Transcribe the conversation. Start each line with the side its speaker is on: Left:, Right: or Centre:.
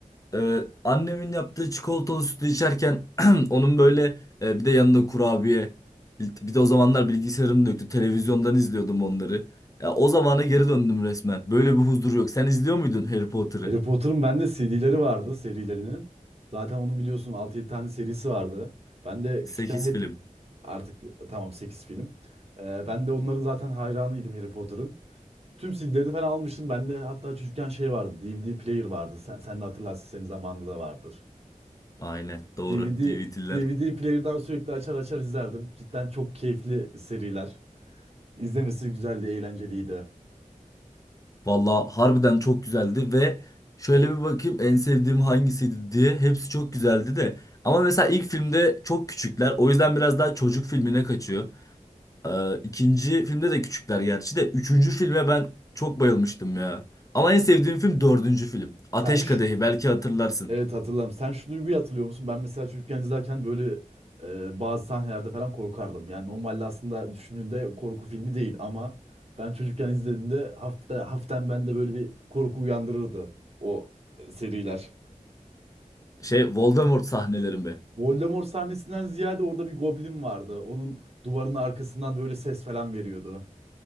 Left: e, annemin yaptığı çikolatalı sütü içerken <clears throat> onun böyle e, bir de yanında kurabiye. Bir de o zamanlar bilgisayarım da yoktu. Televizyondan izliyordum onları. Ya o zamana geri döndüm resmen. Böyle bir huzur yok. Sen izliyor muydun Harry Potter'ı?
Right: Harry Potter'ın bende CD'leri vardı, serilerinin. Zaten onun biliyorsun altı yedi tane serisi vardı. Ben de
Left: 8
Right: küçükken Harry-
Left: film.
Right: artık tamam 8 film. Ee, ben de onların zaten hayranıydım Harry Potter'ın. Tüm CD'lerini falan almıştım. Bende hatta çocukken şey vardı, DVD player vardı. Sen, sen de hatırlarsın senin zamanında da vardır.
Left: Aynen doğru.
Right: DVD
Left: DVD'ler.
Right: DVD player'dan sürekli açar açar izlerdim. Cidden çok keyifli seriler. İzlemesi güzeldi, eğlenceliydi.
Left: Valla harbiden çok güzeldi ve şöyle bir bakayım en sevdiğim hangisiydi diye hepsi çok güzeldi de. Ama mesela ilk filmde çok küçükler o yüzden biraz daha çocuk filmine kaçıyor. Ee, ikinci filmde de küçükler gerçi de üçüncü filme ben çok bayılmıştım ya. Ama en sevdiğim film dördüncü film. Ateş
Right: Sen
Left: Kadehi belki hatırlarsın.
Right: Evet hatırlarım. Sen şu duyguyu hatırlıyor musun? Ben mesela çocukken izlerken böyle e, bazı sahnelerde falan korkardım. Yani normalde aslında düşündüğünde korku filmi değil ama ben çocukken izlediğimde hafta, haften bende böyle bir korku uyandırırdı o seriler.
Left: Şey Voldemort sahneleri mi?
Right: Voldemort sahnesinden ziyade orada bir goblin vardı. Onun duvarının arkasından böyle ses falan veriyordu.